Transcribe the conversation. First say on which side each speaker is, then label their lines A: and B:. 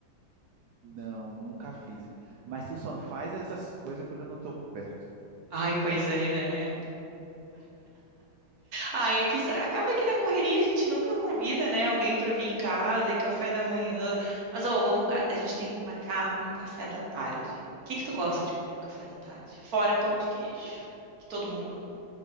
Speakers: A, on the right (about 65°); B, on the right (about 50°).
A: Não, nunca fiz. Mas tu só faz essas coisas quando eu não estou por perto.
B: Ai, pois é, né? Ah, é que isso- acaba que na correria a gente nunca convida, né, alguém para vir em casa e café da manhã. Mas ó, vamos, a, a gente tem que marcar um café da tarde. O que que tu gosta de comer no café da tarde? Fora pão de queijo, que todo mundo ama.